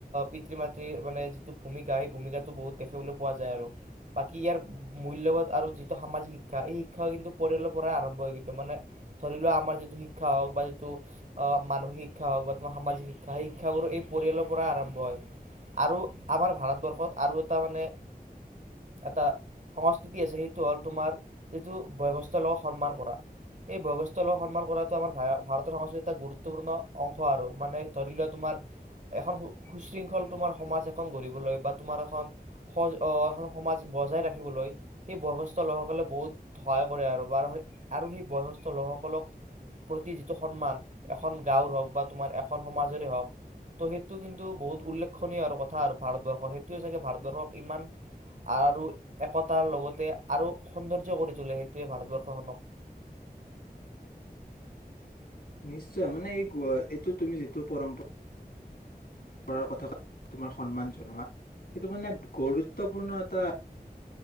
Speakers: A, on the right (about 50°); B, on the left (about 65°).
A: পিতৃ মাতৃৰ মানে যিটো ভূমিকা সেই ভূমিকাটো বহুত দেখিবলৈ পোৱা যায় আৰু বাকী ইয়াৰ মূল্যবোধ আৰু যিটো সামাজিক শিক্ষা এই শিক্ষাও কিন্তু পৰিয়াল পৰা আৰম্ভ হৈ গৈছে মানে ধৰি লোৱা আমাৰ যিটো শিক্ষা হওক বা যিটো অ মানসিক শিক্ষা হওক বা তোমাৰ সামাজিক শিক্ষা সেই শিক্ষাাবোৰ এই পৰিয়ালৰ পৰাই আৰম্ভ হয় আৰু আমাৰ ভাৰতবৰ্ষত আৰু এটা মানে এটা সংস্কৃতি আছে সেইটো হ'ল তোমাৰ যিটো ব্যৱস্থা সেই বয়সস্থষ্ঠ লোকক সন্মান কৰাতটো আমাৰ ভাৰতৰ সংস্কৃতিৰ এটা গুৰুত্বপূৰ্ণ অংশ আৰু মানে ধৰি লোৱা তোমাৰ এখন সুশৃংখল তোমাৰ সমাজ এখন গঢ়িবলৈ বা তোমাৰ এখন এখন সমাজ বজাই ৰাখিবলৈ সেই বয়সস্থষ্ঠ লোকসকলে বহুত সহায় কৰে আৰু আৰু সেই বয়সস্থ লোকসকলক প্ৰতি যিটো সন্মান এখন গাঁওৰ হওক বা তোমাৰ এখন সমাজৰে হওক ত সেইটো কিন্তু বহুত উল্লেখননীয় কথা আৰু ভাৰতবৰ্ষৰ সেইটোয়ে চাগে ভাৰতবৰ্ষক ইমান আৰু একতাৰ লগতে আৰু সৌন্দৰ্য কৰি তোলে গোটেই ভাৰতবৰ্ষখনক
B: নিশ্চয় মানে এই এইটো তুমি যিটো পৰম্পৰা কৰাৰ কথা তোমাৰ সন্মান জনোৱা সেইটো মানে গুৰুত্বপূৰ্ণ এটা